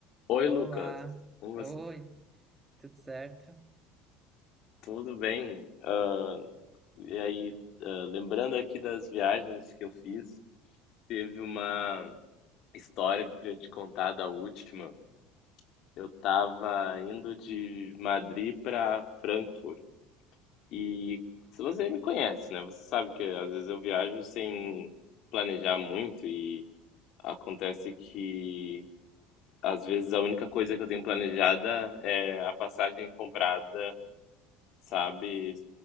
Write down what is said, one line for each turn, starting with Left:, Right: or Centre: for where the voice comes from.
Left: Oi,
Right: Olá,
Left: Lucas. Como
Right: oi,
Left: você-
Right: tudo certo?
Left: Tudo bem? Ah, e aí, ah, lembrando aqui das viagens que eu fiz, teve uma história que eu queria te contar da última. Eu estava indo de Madrid para Frankfurt. E se você me conhece, né? Você sabe que às vezes eu viajo sem planejar muito e acontece que às vezes a única coisa que eu tenho planejada é a passagem comprada sabe?